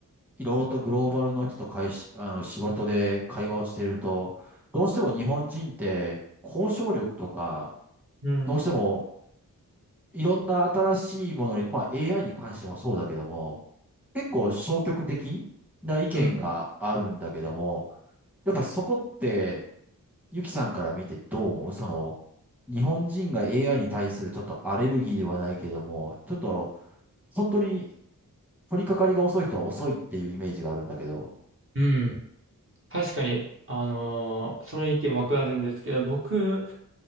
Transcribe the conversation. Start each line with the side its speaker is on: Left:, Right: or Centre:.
Centre: いろいろとグローバルの人と会し、あの、仕事で会話をしていると、どうしても日本人って、交渉力とか、
Right: うん。
Centre: どうしても、いろんな新しいものに、まあ AI に関してもそうだけども、結構消極的な意見があるんだけども、
Right: うん。
Centre: やっぱそこって、ゆきさんから見てどう思うその、日本人が AI に対するちょっとアレルギーではないけども、ちょっと本当に取り掛かりが遅い人は遅いっていうイメージがあるんだけど。
Right: うん。確かに、あのーその意見もわかるんですけど、僕